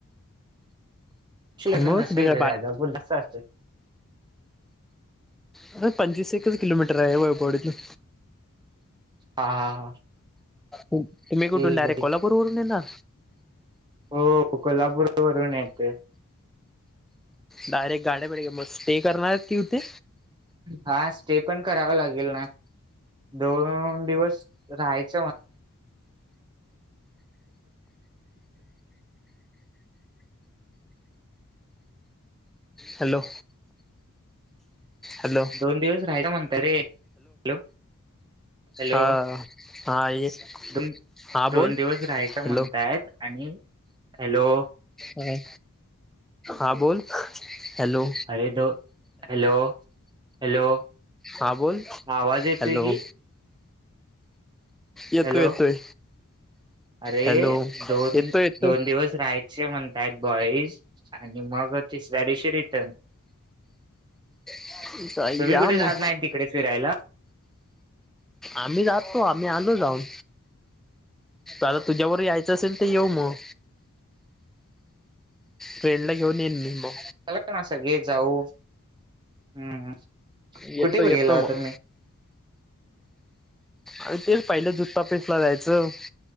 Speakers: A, on the right; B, in the centre.
A: किलोमीटर
B: बत
A: नसेल
B: बघळ
A: रे
B: बा.
A: राजापूर
B: <inaudible>
A: जास्त असेल
B: अरे पंचवीस एकच किलोमीटर आहे वपवडीत.
A: हा. हा. हा.
B: तुम्ही कुठून
A: ठीक
B: डायरेक्ट
A: आहे ठीक
B: कोल्हापूर
A: आहे.
B: वरून येणार?
A: हो. कोल्हापूर वरून येतोय.
B: डायरेक्ट गाड्याबिड्या घेऊन मग स्टे करणारयेत का इथे?
A: हां. स्टे पण करावा लागेल ना? दोन दिवस राहायच म्ह-
B: हॅलो. हॅलो
A: दोन दिवस राहायच म्हणताय रे. हॅलो. हॅलो.
B: हा हा ये
A: दोन
B: हा बोल
A: दिवस राहायच
B: हॅलो
A: म्हणतायत. आणि, हॅलो.
B: हा. हा. बोल. हॅलो
A: अरे तो, हॅलो. हॅलो.
B: हा बोल
A: आवाज येतोय
B: हॅलो
A: की?
B: येतोय.
A: हॅलो
B: येतोय.
A: अरे,
B: हॅलो
A: दोन-
B: येतोय
A: दोन दिवस राहायचे म्हणतायत बॉईज. आणि मग तिसऱ्या दिवशी रिटर्न.
B: हं. चा या
A: तुम्ही कुठे
B: मग.
A: जात नाही तिकडे फिरायला
B: आम्ही राहतो. आम्ही आलो जाऊन. आता तुझ्याबरोबर यायचं असेल- तर येऊ मग. फ्रेंडला घेऊन येईन मी मग.
A: ला ना सगळे जाऊ. हम्म.
B: येतो
A: कुठे कुठे
B: येतो
A: गेला होता
B: मग
A: तुम्ही?
B: अर तेच पाहिलं जुत्ता पेसला जायचं.